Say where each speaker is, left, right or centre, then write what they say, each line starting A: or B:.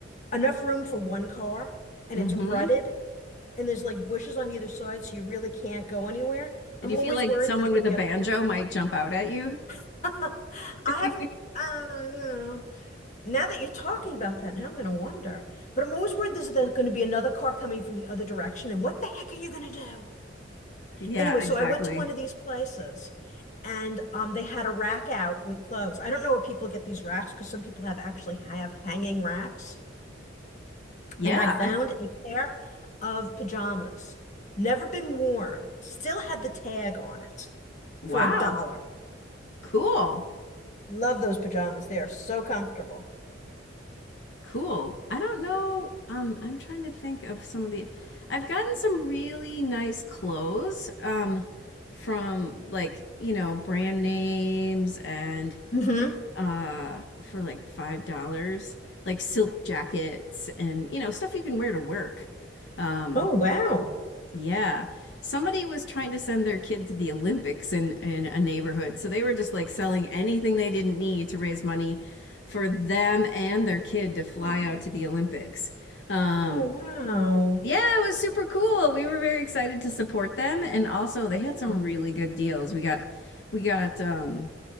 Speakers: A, on the left; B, on the left.
A: enough room for one car and
B: mm-hmm.
A: it's rutted and there's like bushes on either side, so you really can't go anywhere.
B: Do
A: I'm
B: you
A: always
B: feel like
A: worried
B: someone
A: there's going
B: with
A: to be
B: a banjo
A: a.
B: might jump out at you?
A: <laughs> I
B: <laughs>
A: haven't. Uh, now that you're talking about that, now I'm going to wonder. But I'm always worried there's there's going to be another car coming from the other direction, and what the heck are you going to do?
B: Yeah,
A: Anyway,
B: exactly.
A: so I went to one of these places and um, they had a rack out with clothes. I don't know where people get these racks because some people have actually have hanging racks.
B: Yeah,
A: And I
B: I,
A: found a pair of pajamas, never been worn, still had the tag on it
B: wow.
A: for a dollar.
B: Cool.
A: Love those pajamas. They are so comfortable.
B: Cool. I don't know. Um, I'm trying to think of some of the. I've gotten some really nice clothes um, from like, you know, brand names and
A: hmm
B: uh, for like $5, like silk jackets and, you know, stuff you can wear to work. Um.
A: Oh, wow.
B: Yeah. Somebody was trying to send their kid to the Olympics in in a neighborhood. So they were just like selling anything they didn't need to raise money for them and their kid to fly
A: Oh,
B: out to the Olympics. Um,
A: oh, wow.
B: yeah, it was super cool. We were very excited to support them and also they had
A: Yeah.
B: some really good deals. We got we got um